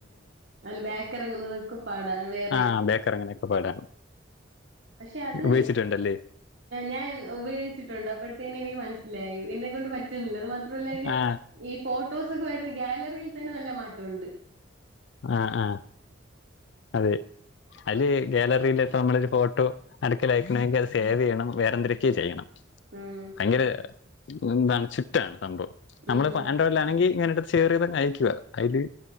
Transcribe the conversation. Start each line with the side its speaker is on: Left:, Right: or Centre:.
Right: <unintelligible> ബാക്ക് എറങ്ങുന്നതൊക്കെ പാടാണ് വെ
Left: ആഹ ബേക്കെറങ്ങാനൊക്കെ പാടാണ്
Right: പക്ഷെ അത്
Left: ഉപയോഗിച്ചിട്ടുണ്ടല്ലേ
Right: ഞാൻ ഉപയോഗിച്ചിട്ടുണ്ട് അപ്പോഴത്തേക്ക് എനിക്ക് മനസ്സിലായി എന്നെക്കൊണ്ട് പറ്റുന്നില്ല അത് മാത്രല്ല അയില്
Left: ആ
Right: ഈ ഫോട്ടോസൊക്കെ വരുന്ന ഗ്യാലറിയിൽ തന്നെ നല്ല മാറ്റം ഉണ്ട്
Left: ആഹ് ആഹ് അതെ അല് ഗാലറിൽ ഇപ്പോ നമ്മളൊരു ഫോട്ടോ അടക്ക അയക്കണമെങ്കിൽ അത് സേവ് ചെയ്യണം വേറെ എന്തരൊക്കെ ചെയ്യണം
Right: ഉം
Left: ഭയങ്കര എന്താണ് ചുറ്റാണ് സംഭവം നമ്മള്
Right: ഉം
Left: ഇപ്പൊ ആൻഡ്രോയിഡിലാണെങ്കിൽ ഇങ്ങനെടുത്ത് ഷെയറെയ്തങ്ങ് അയക്കുക അയില്